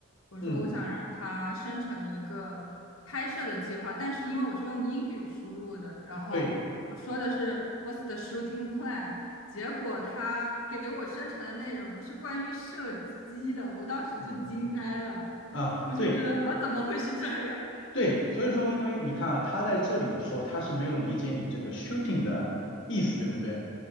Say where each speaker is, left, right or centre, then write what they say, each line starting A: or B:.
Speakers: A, on the left (about 75°); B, on the left (about 55°).
A: 我说我想让它生成一个拍摄的计划，
B: 嗯，
A: 但是因为我是用英语输入的，然后我说的是
B: 对，
A: "What's the shooting plan"，结果它给我生成的内容是关于射击的，我当时就惊呆了，
B: 嗯啊，
A: 我就觉得啊，
B: 对
A: 怎么会是这样？
B: 对，所以说因为你看啊，他在这里的时候它是没有理解你这个 shooting 的意思，对不对？